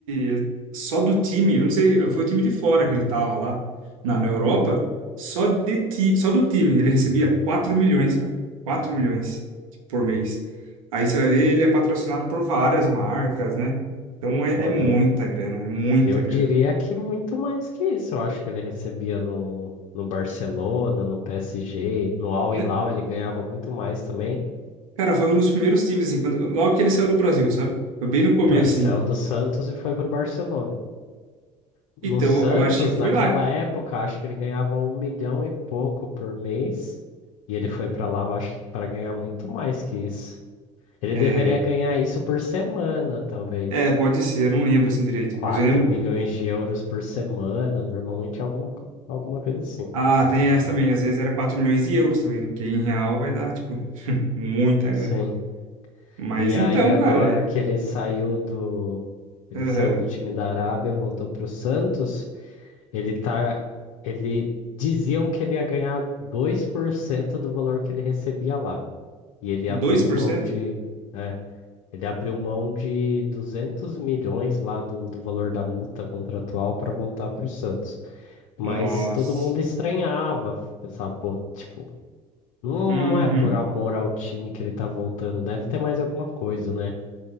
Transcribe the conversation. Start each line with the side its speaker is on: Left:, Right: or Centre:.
Right: ele- só do time, eu não sei, foi o time de fora que ele tava lá na, na Europa, só de ti, só do time ele recebia 4 milhões, cara. quatro milhões por mês. Aí você vai ver, ele é patrocinado por várias marcas, né? Então é,
Left: Olha,
Right: é muita
Left: eu
Right: grana, é muita
Left: eu
Right: grana.
Left: diria que muito mais que isso. Eu acho que ele recebia no, no Barcelona, no PSG, no Al
Right: Né?
Left: Hilal, ele ganhava muito mais também.
Right: Cara, foi um dos primeiros times assim, quando, logo que ele saiu do Brasil, sabe? Foi bem no começo,
Left: Então, ele saiu
Right: assim.
Left: do Santos e foi pro Barcelona. No
Right: Então,
Left: Santos,
Right: eu acho que foi
Left: naquela
Right: lá.
Left: época, acho que ele ganhava um milhão e pouco por mês. E ele foi pra lá, eu acho que para ganhar muito mais que isso. Ele
Right: É,
Left: deveria ganhar isso por semana, talvez.
Right: é, pode ser, eu não lembro assim direito,
Left: quatro
Right: mas eu lembro,
Left: milhões de euros por semana, normalmente alguma, co- alguma coisa assim.
Right: Ah, tem essa também. Às vezes era 4 milhões de euros também, né? Que em real vai dar, tipo, <laughs> muita grana.
Left: Sim.
Right: Mas
Left: E
Right: então,
Left: aí agora
Right: cara,
Left: que ele saiu do ele
Right: aham,
Left: saiu do time da Arábia, voltou pro Santos, Ele tá. Ele diziam que ele ia ganhar 2% do valor que ele recebia lá. E ele
Right: dois
Left: abriu
Right: por
Left: mão
Right: cento,
Left: de. É, ele abriu mão de 200 milhões lá do, do valor da multa contratual para voltar para o Santos. Mas
Right: Nossa.
Left: todo mundo estranhava, pensava, pô, tipo, não,
Right: Uhum.
Left: não é por amor ao time que ele tá voltando, deve ter mais alguma coisa, né?